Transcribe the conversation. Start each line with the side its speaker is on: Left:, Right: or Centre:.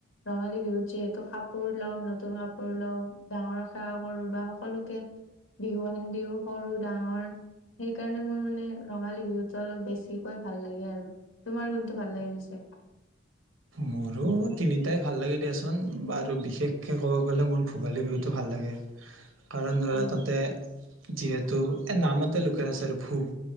Left: ৰঙালী বিহুত যিহেতু কাপোৰ লওঁ, নতুন কাপোৰ লওঁ ডাঙৰক সেৱা কৰো বা সকলোকে বিহুৱান দিও সৰু ডাঙৰ সেইকাৰণে মোৰ মানে ৰঙালী বিহুতো অলপ বেছিকৈ ভাল লাগে, আৰু তোমাৰ কোনটো ভাল লাগে পিছে?
Right: মোৰো তিনিটাই ভাল লাগে দিয়াচোন, বাৰু বিশেষকৈ ক'ব গ'লে মোৰ ভোগালী বিহুতটো ভাল লাগে। কাৰণ ধৰা
Left: অ
Right: তাতে যিহেতু এ নামতে লুকাই আছে ভোগ